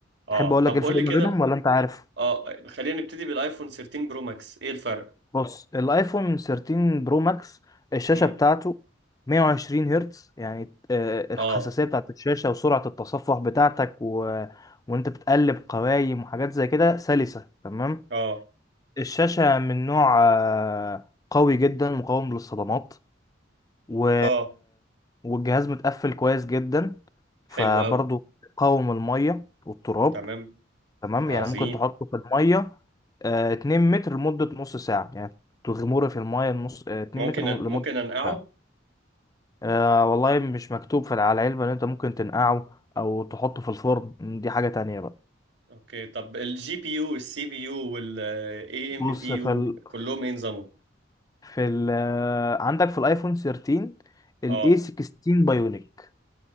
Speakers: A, on the right; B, on the left.
A: اه
B: تحب اقول
A: طب
B: لك إيه الفرق
A: قول لي
B: ما
A: كده
B: بينهم ولا انت عارف
A: اه خلينا نبتدي بالايفون 13 برو ماكس ايه الفرق
B: بص الايفون 13 برو ماكس الشاشه
A: امم
B: بتاعته 120 هرتز يعني آه، الحساسيه
A: اه
B: بتاعت الشاشه وسرعه التصفح بتاعتك و... وانت بتقلب قوايم وحاجات زي كده سلسه تمام
A: اه
B: الشاشه من نوع آه، قوي جدا مقاوم للصدمات و...
A: اه
B: والجهاز متقفل كويس جدا فبرضه
A: حلو قوي
B: قاوم الميه والتراب
A: تمام
B: تمام
A: عظيم
B: يعني ممكن تحطه في المية آه، 2 متر لمدة نص ساعة يعني تغمره في المية نص آه، 2
A: ممكن
B: متر
A: أن...
B: لمدة
A: ممكن انقعه
B: نص ساعة آه والله مش مكتوب في على العلبة إن أنت ممكن تنقعه أو تحطه في الفرن دي حاجة تانية بقى
A: اوكي طب الجي بي يو والسي بي يو والاي ام
B: بص
A: بي يو
B: في ال...
A: كلهم ايه نظامهم
B: في ال... آه، عندك في الآيفون 13 ال
A: اه
B: A16 بايونيك